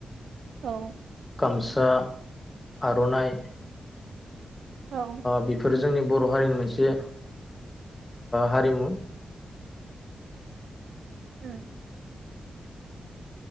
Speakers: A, on the right; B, on the left.
A: औ।
B: गामसा आरनाइ।
A: औ
B: बेफोर जोंनि बर' हारिनि मोनसे हारिमु
A: ओम।